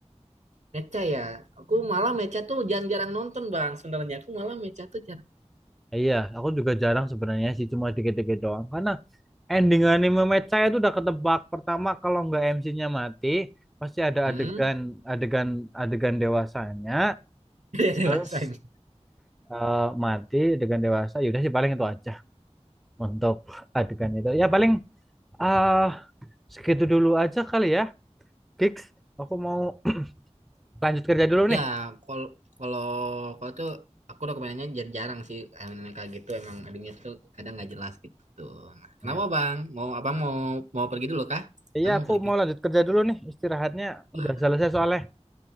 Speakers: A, on the right; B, in the centre.
A: mecha ya. Aku malah mecha tuh jarang-jarang nonton, Bang. Sebenarnya aku malah mecha tuh jarang.
B: Iya, aku juga jarang sebenarnya sih, cuma dikit-dikit doang. Karena ending anime mecha itu udah ketebak. Pertama, kalau nggak MC-nya mati, pasti ada
A: Hmm.
B: adegan adegan adegan dewasanya.
A: <laughs> Jadi
B: Terus
A: rasanya.
B: eh, mati adegan dewasa. Yaudah sih paling itu aja untuk adegan itu. Ya paling ah segitu dulu aja kali ya. Kiks, aku mau <clears throat> lanjut kerja dulu
A: Ya,
B: nih.
A: kalau kalau kalau tuh aku dokumennya jar- jarang sih anime kayak gitu emang adanya tuh kadang nggak jelas gitu. Nah, kenapa
B: Ya.
A: Bang? Mau Abang mau mau pergi dulu kah?
B: Iya,
A: Kamu
B: aku
A: mau pergi
B: mau
A: tuh.
B: lanjut kerja dulu nih. Istirahatnya
A: Wah,
B: udah selesai soalnya.